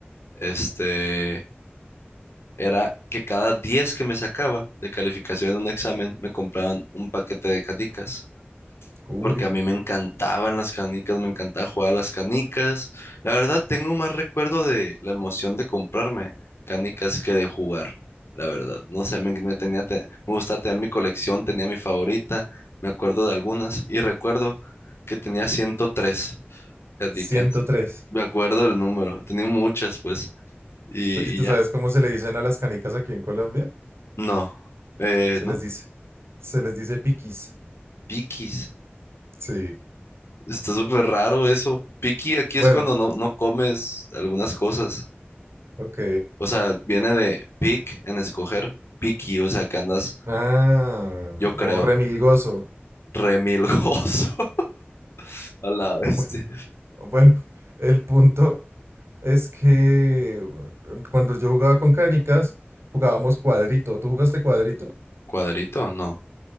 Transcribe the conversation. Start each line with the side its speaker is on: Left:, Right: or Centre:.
Left: Este, era que cada 10 que me sacaba de calificación en un examen, me compraban un paquete de canicas.
Right: Uy,
Left: Porque a mí me encantaban las canicas, me encantaba jugar a las canicas. La verdad, tengo más recuerdo de la emoción de comprarme canicas que de jugar. La verdad, no sé, me, me tenía, te- me gustaba tener mi colección, tenía mi favorita, me acuerdo de algunas y recuerdo que tenía 103. Caticas.
Right: ciento tres
Left: Me acuerdo del número. Tenía muchas, pues. Y,
Right: Oye, ¿tú
Left: y
Right: sabes
Left: ya.
Right: cómo se le dicen a las canicas aquí en Colombia?
Left: No. Eh,
Right: Se
Left: no.
Right: les dice. Se les dice piquis.
Left: Piquis.
Right: Sí.
Left: Está súper raro eso. Piqui aquí
Right: Bueno,
Left: es cuando no, no comes algunas cosas.
Right: ok.
Left: O sea, viene de pick en escoger. Piqui, o sea, que andas,
Right: Ah,
Left: yo creo,
Right: o remilgoso.
Left: remilgoso <laughs> a la bestia.
Right: Bu- Bueno, <laughs> el punto es que bueno, cuando yo jugaba con canicas, jugábamos cuadrito. ¿Tú jugaste cuadrito?
Left: ¿Cuadrito? No.